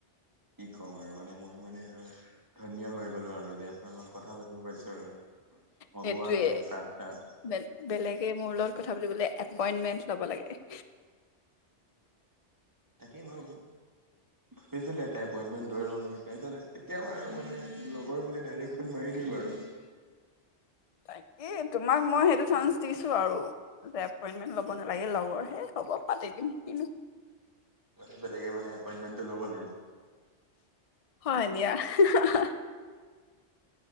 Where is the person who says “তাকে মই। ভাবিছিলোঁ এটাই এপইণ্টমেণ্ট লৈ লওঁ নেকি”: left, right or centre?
Right